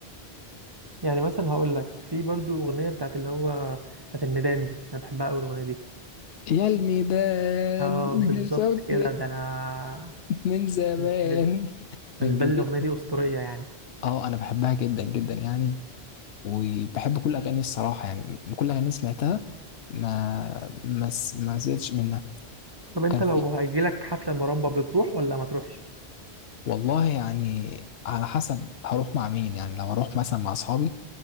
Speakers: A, on the right; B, on the left.
A: يعني مثلا هقول لك في برضو اغنيه بتاعت اللي هو بتاعت الميدان دي انا بحبها قوي الاغنيه دي
B: يا الميدان
A: اه بالظبط
B: شوت
A: كده ده انا
B: من زمان
A: <laughs>
B: كان
A: بالنسبه
B: جميل
A: لي الاغنيه دي اسطوريه يعني
B: اه انا بحبها جدا جدا يعني وبحب كل اغاني الصراحه يعني كل اغاني سمعتها ما ما س- ما زهقتش منها وكان
A: طب انت
B: في
A: لو هيجيلك حفله مروان بابلو تروح ولا ما تروحش
B: والله يعني على حسب هروح مع مين يعني لو هروح مثلا مع اصحابي